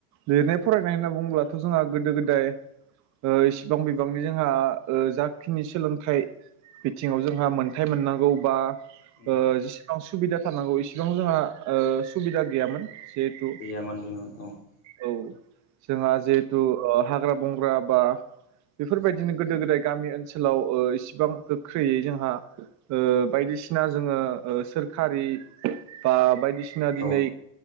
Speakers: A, on the right; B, on the left.
A: लिरनाय फरायनाय होनना बुङोब्लाथ' जोंहा गोदो गोदाय इसिबां बिबांनि जोंहा जाखिनि सोलोंथाइ बिथिङाव जोंहा मोनथाय मोननांगौ बा
B: उम
A: जेसेबां सुबिदा थानांगौ इसिबां जोंहा सुबिदा गैयामोन जेहथु
B: गैयामोन गैयामोन औ
A: औ जोंहा जिहेथु हाग्रा बंग्रा बा बेफोरबायदिनो गोदो गोदाय गामि ओनसोलाव इसिबां गोख्रैयै जोंहा बायदि बायदिसिना जोङ सोरकारि बा बाय बायदिसिना दिनै
B: औ